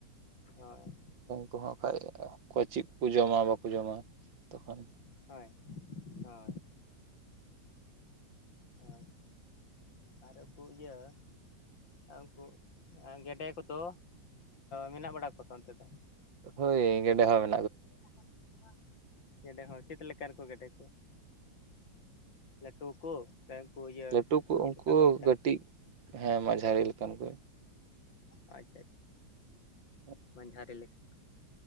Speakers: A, on the left (about 80°); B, on the right (about 80°).
A: ᱚᱸᱭ
B: ᱠᱩᱦᱚ ᱠᱷᱟᱡ ᱚᱠᱚᱭ ᱪᱮᱜ ᱠᱩ ᱡᱚᱢᱟ ᱵᱟᱠᱚ ᱡᱚᱢᱟ ᱛᱚᱠᱷᱟᱱ
A: ᱦᱳᱭ ᱦᱚᱭ᱾ ᱦᱚᱭ ᱟᱨ ᱩᱝᱠᱩ ᱤᱭᱟᱹ ᱟᱨ ᱩᱝᱠᱩ ᱜᱮᱰᱮ ᱠᱚᱫᱚ ᱢᱮᱱᱟᱜ ᱵᱟᱲᱟ ᱠᱚ ᱥᱮ ᱵᱟᱝ ᱚᱱᱛᱮ ᱫᱚ?
B: ᱦᱳᱭ ᱜᱮᱰᱮ ᱦᱚᱸ ᱢᱮ
A: <inaudible> ᱜᱮᱰᱮ ᱦᱚᱸ ᱪᱮᱛ ᱞᱮᱠᱟᱱ ᱠᱚ ᱜᱮᱰᱮ ᱠᱚ ᱞᱟᱴᱩ ᱠᱚ ᱥᱮ ᱩᱱᱠᱚ ᱤᱭᱟᱹ
B: ᱞᱟᱹᱴᱩ ᱠᱚ
A: ᱪᱮᱫ
B: ᱩᱝᱠᱩ
A: ᱞᱮᱠᱟ ᱠᱚ ᱢᱮᱛᱟ
B: ᱠᱟᱹᱴᱤᱡ
A: ᱠᱚᱣᱟ
B: ᱦᱮᱸ ᱢᱟᱡᱷᱟᱨᱤ ᱞᱮᱠᱟᱱ ᱠᱚ᱾
A: ᱟ ᱪᱟᱷᱟᱪ᱾
B: ᱦᱩ
A: ᱢᱟᱱᱡᱷᱟᱨᱤ ᱞᱮᱠᱟᱱ ᱠᱩ,